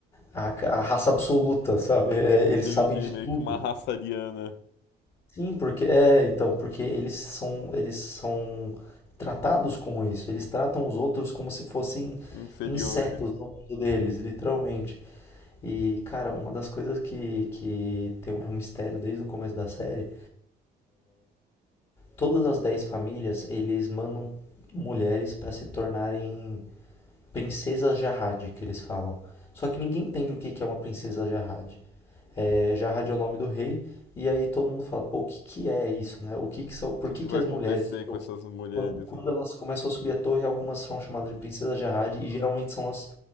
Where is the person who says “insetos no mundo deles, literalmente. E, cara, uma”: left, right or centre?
Left